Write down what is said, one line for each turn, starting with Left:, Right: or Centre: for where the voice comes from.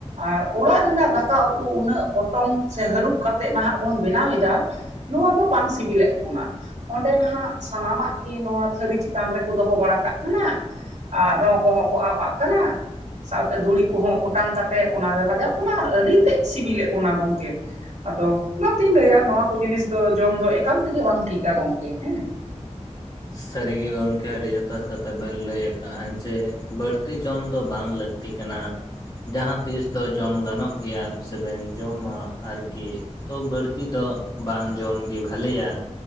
Right: ᱟᱨ ᱚᱲᱟᱜ ᱨᱮᱱᱟᱜ ᱫᱟᱠᱟ ᱩᱛᱩ ᱩᱱᱟᱹᱜ ᱯᱚᱴᱚᱢ ᱥᱮ ᱦᱟᱹᱨᱩᱵ ᱠᱟᱛᱮᱫ ᱱᱟᱦᱟᱜ ᱵᱚᱱ ᱵᱮᱱᱟᱣᱮᱫᱟ᱾ ᱱᱚᱣᱟ ᱫᱚ ᱵᱟᱝ ᱥᱤᱵᱤᱞᱮᱫ ᱵᱚᱱᱟ᱾ ᱚᱸᱰᱮ ᱱᱟᱦᱟᱜ ᱥᱟᱱᱟᱢᱟᱜ ᱜᱤ ᱱᱚᱣᱟ ᱛᱷᱟᱹᱨᱤ ᱪᱮᱛᱟᱱ ᱨᱮᱠᱚ ᱫᱚᱦᱚ ᱵᱟᱲᱟ ᱠᱟᱜ ᱠᱟᱱᱟ᱾ ᱟᱨ ᱨᱚ ᱠᱚᱦᱚᱸ ᱠᱚ ᱟᱵᱟᱜ ᱠᱟᱱᱟ᱾ ᱥᱟᱶᱛᱮ ᱫᱷᱩᱲᱤ ᱠᱚᱦᱚᱸ ᱚᱴᱟᱝ ᱠᱟᱛᱮᱜ ᱚᱱᱟᱨᱮ ᱞᱟᱜᱟᱣᱚᱜ ᱠᱟᱱᱟ ᱟᱨ ᱟᱹᱰᱤ ᱛᱮᱫ ᱥᱤᱵᱤᱞᱮᱜ ᱵᱚᱱᱟ ᱜᱚᱝᱠᱮ᱾ ᱟᱫᱚ ᱚᱱᱟᱛᱤᱧ ᱞᱟᱹᱭᱟ ᱱᱚᱣᱟ ᱠᱚ ᱡᱤᱱᱤᱥ ᱫᱚ ᱡᱚᱢ ᱫᱚ ᱮᱠᱟᱞ ᱛᱮᱜᱮ ᱵᱟᱝ ᱴᱷᱤᱠᱟ ᱜᱚᱢᱠᱮ ᱦᱮᱸ᱾
Left: ᱥᱟᱹᱨᱤᱜᱮ ᱜᱚᱝᱠᱮ ᱟᱹᱰᱤ ᱡᱚᱛᱷᱟᱛ ᱠᱟᱛᱷᱟ ᱵᱮᱱ ᱞᱟᱹᱭ ᱟᱠᱟᱜᱼᱟ ᱡᱮ ᱵᱟᱹᱲᱛᱤ ᱡᱚᱢ ᱫᱚ ᱵᱟᱝ ᱞᱟᱹᱠᱛᱤ᱾ ᱛᱤ ᱠᱟᱱᱟ, ᱡᱟᱦᱟᱸᱛᱤᱥ ᱫᱚ ᱡᱚᱢ ᱜᱟᱱᱚᱜ ᱜᱮᱭᱟ ᱥᱮᱵᱮᱱ ᱡᱚᱢᱟ ᱟᱨᱠᱤ᱾ ᱛᱚ ᱵᱟᱹᱲᱛᱤ ᱫᱚ ᱵᱟᱝ ᱡᱚᱢᱜᱮ ᱵᱷᱟᱞᱮᱭᱟ᱾